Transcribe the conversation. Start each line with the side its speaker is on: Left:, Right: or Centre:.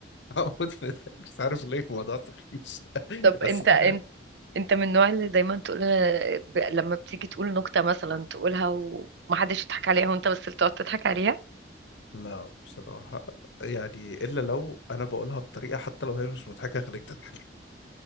Left: أقعد في- مش عارف ليه الموضوع سخيف <laughs>
Right: طب
Left: بس
Right: انت
Left: تخيل
Right: انت انت من النوع اللي دايما تقول ب... لما بتيجي تقول نكتة مثلا تقولها ومحدش يضحك عليها وانت بس اللي تقعد تضحك عليها
Left: لا بصراحة يعني إلا لو أنا بقولها بطريقة حتى لو هي مش مضحكة خليك تضحك